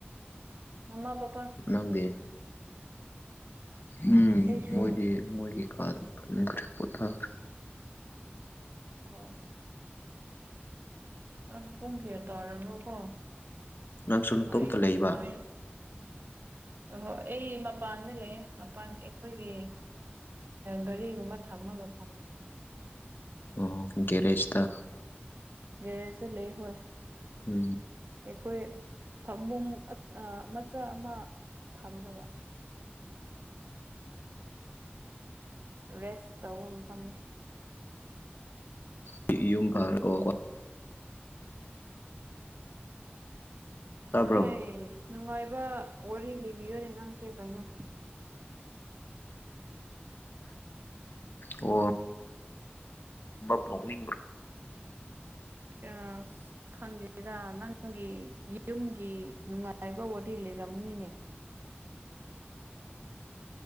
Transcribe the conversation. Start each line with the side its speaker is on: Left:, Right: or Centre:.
Right: ꯃꯃꯥ ꯄꯄ
Left: ꯅꯪꯗꯤ ꯎꯝ
Right: ꯑꯩꯁꯨ
Left: ꯃꯣꯏꯗꯤ ꯃꯣꯏꯒꯤ ꯀꯥꯗ ꯊꯨꯝꯈ꯭ꯔꯦ ꯄꯣꯊꯥꯈ꯭ꯔꯦ
Right: ꯑꯣꯝ ꯑꯁ ꯄꯨꯨꯡ ꯈꯦ ꯇꯔꯕꯣꯀꯣ
Left: ꯅꯪꯁꯨ ꯅꯇꯣꯝꯇ
Right: ꯅꯥꯏꯟ
Left: ꯂꯩꯕ
Right: ꯅꯥꯏꯟ ꯑꯍꯣꯏ ꯑꯩ ꯃꯄꯥꯟꯗ ꯂꯩ ꯃꯄꯥꯟ ꯑꯩꯈꯣꯏꯒꯤ ꯒꯥꯔꯤꯒꯨꯝꯕ ꯊꯝꯝꯕ ꯐꯪꯃꯦ
Left: ꯑꯣ ꯒꯦꯔꯦꯖꯇ
Right: ꯦꯔꯦꯁꯦ ꯂꯩꯦ ꯍꯣꯏ
Left: ꯎꯝ
Right: ꯑꯩꯈꯣꯏ ꯐꯃꯨꯡ ꯃꯆꯥ ꯑꯃ ꯊꯝꯅꯕ ꯔꯦꯁ ꯇꯧꯕ ꯃꯐꯝꯅꯤ
Left: ꯄ ꯌꯨꯝ ꯐꯥꯔ ꯀꯣ ꯇꯥꯕ꯭ꯔꯣ
Right: ꯍꯦ ꯅꯨꯡꯉꯥꯏꯕ ꯋꯥꯔꯤ ꯂꯤꯕꯤꯌꯨꯅꯦ ꯅꯪꯁꯦ ꯀꯩꯅꯣ
Left: ꯑꯣ ꯝꯕ ꯄꯣꯛꯅꯤꯡꯕ꯭ꯔꯥ
Right: ꯑ ꯈꯪꯗꯦꯗ ꯅꯪꯒꯤ ꯌꯨꯝꯒꯤ ꯅꯨꯡꯉꯥꯏ ꯍꯥꯏꯥꯏꯕ ꯋꯥꯔꯤ ꯂꯩꯔꯝꯃꯤꯅꯤꯅꯦ